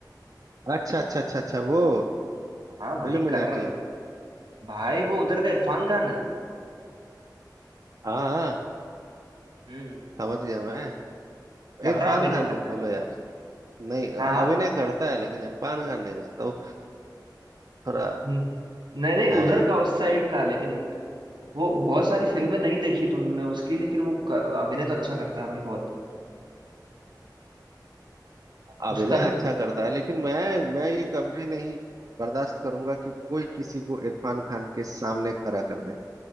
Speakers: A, on the right; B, on the right.
A: अच्छा अच्छा अच्छा अच्छा वो
B: हाँ भाई
A: इल्यूमिनाटी
B: कर भाई वो उधर का इरफान खान है
A: हाँ हाँ
B: हम्म
A: समझ गया मैं
B: कर
A: इरफान
B: रहा अभिनय
A: खान
B: करता
A: मत बोलो
B: है
A: यार नहीं
B: हाँ
A: अभिनय करता है लेकिन इरफान खान नहीं उसका वो थोड़ा
B: हम्म नहीं नहीं
A: है
B: उधर का उस साइड का लेकिन वो बहुत सारी फिल्में नहीं देखी तुमने उसकी लेकिन वो क- अभिनय तो अच्छा करता है भाई बहुत
A: अभिनय
B: उसका
A: अच्छा करता है लेकिन मैं मैं ये कभी नहीं बर्दाश्त करूंगा कि कोई किसी को इरफान खान के सामने खड़ा कर दे